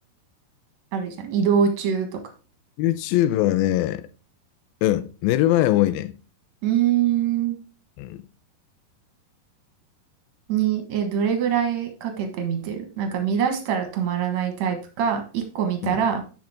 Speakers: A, on the right; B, on the left.
A: あるじゃん。移動中とか。
B: YouTube はね、うん、寝る前多いね。
A: うーん。
B: うん、
A: に、え、どれぐらいかけて見てるなんか見出したら止まらないタイプか、一個見たら
B: うん、